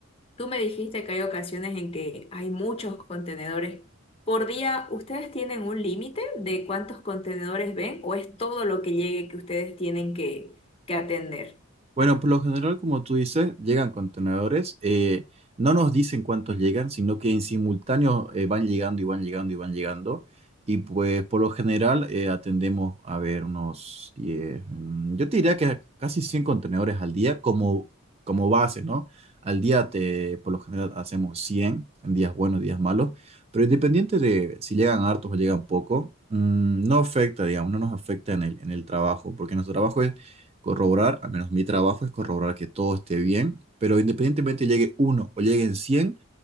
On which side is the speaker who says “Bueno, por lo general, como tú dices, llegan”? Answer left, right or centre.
Right